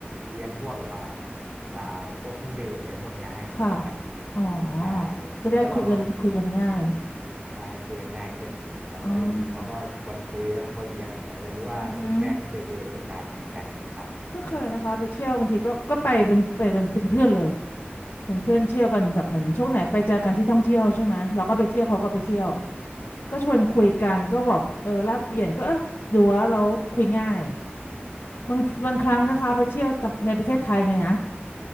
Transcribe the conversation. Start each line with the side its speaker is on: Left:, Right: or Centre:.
Right: เลี้ยงพวกแบบว่าอ่าพวกเครื่องดื่มอะไรพวกเนี้ยให้ครับ
Left: ค่ะอ๋อ
Right: ใช่
Left: ก็ได้คุยกันคุยกันง่าย
Right: แล้วแบบว่าคุยใช่คุยกันง่ายขึ้นอย่างนี้ครับแบบว่าอยู่ดีเขาก็ชวนคุยแล้วเขาก็เลี้ยงแบบเนี้ยอยากรู้ว่าคุณแป้งนี่เคยเจอประสบการณ์เหมือนกันไหมครับ
Left: อ๋ออือหือก็เคยนะคะไปเที่ยวบางทีก็ก็ไปเป็นไปเป็นเป็นเพื่อนเลย เป็นเพื่อนเที่ยวกันแบบเหมือนช่วงไหนไปเจอกันที่ท่องเที่ยวใช่ไหมเราก็ไปเที่ยวเขาก็ไปเที่ยวก็ชวนคุยกันก็แบบเออแลกเปลี่ยนก็เออดูว่าเราคุยง่ายบางบางครั้งนะคะไปเที่ยวในประเทศไทยเนี่ยนะ